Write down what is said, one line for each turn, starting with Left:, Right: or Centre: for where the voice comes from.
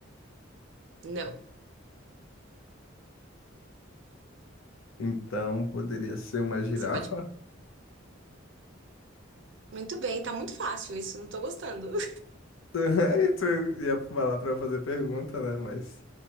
Right: Não.
Left: Então poderia ser uma girafa?
Right: Você pode. Muito bem, tá muito fácil isso, não tô gostando. <laughs>
Left: <laughs> Aí tu ia falar pra eu fazer pergunta, né? Mas